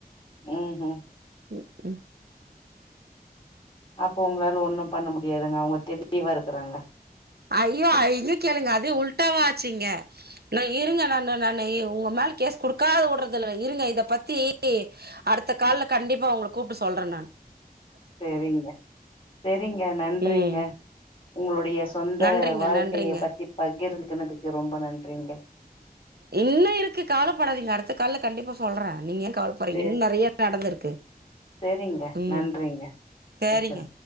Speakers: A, on the left (about 35°); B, on the right (about 80°).
A: ம்ஹும்
B: ம் ம்
A: அப்ப உங்ளால ஒன்னு பண்ண முடியாது அவுங்க தெளிவா இருக்குறாங்க
B: ஐயோ அய் இத கேளுங்க அதெ உல்டாவா ஆச்சு இங்க இருங்க நா ந நானு இ உங்க மேல கேஸ் குடுக்காது வுட்றதில்ல இருங்க இத பத்தி அடுத்த கால்ல கண்டிப்பா உங்கள கூப்ட்டு சொல்றெ நானு
A: செரிங்க செரிங்க நன்றிங்க
B: ம்
A: உங்களுடைய சொந்த
B: நன்றிங்க
A: வாழ்க்கைய
B: நன்றிங்க
A: பத்தி பகிர்ந்து தினதுக்கு ரொம்ப நன்றிங்க
B: இன்னு இருக்கு கவலப்படாதீங்க அடுத்த கால்ல கண்டிப்பா சொல்றே நீங்க என் கவலபறீங்க
A: செ
B: இன்னு நறைய நடந்துருக்கு
A: செரிங்க
B: ம்
A: நன்றிங்க
B: சேரிங்க
A: வச்சுறே